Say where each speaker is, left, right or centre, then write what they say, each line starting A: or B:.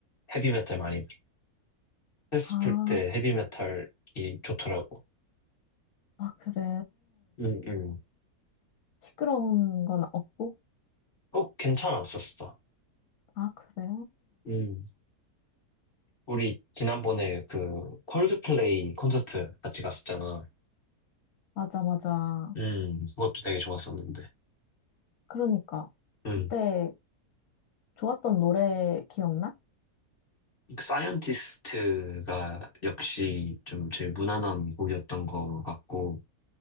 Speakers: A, on the left; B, on the left.
A: 헤비메탈 많이 들어. 스트레스
B: 아,
A: 풀 때 헤비메탈이 좋더라고.
B: 아, 그래.
A: 음, 음.
B: 시끄러운 건 없고?
A: 꼭 괜찮았었어.
B: 아, 그래.
A: 음. 우리 지난번에 그 콜드플레이 콘서트 같이 갔었잖아.
B: 맞아, 맞아.
A: 음, 그것도 되게 좋았었는데.
B: 그러니까.
A: 음.
B: 그때 좋았던 노래 기억나?
A: 사이언티스트가 역시 좀 제일 무난한 곡이었던 것 같고,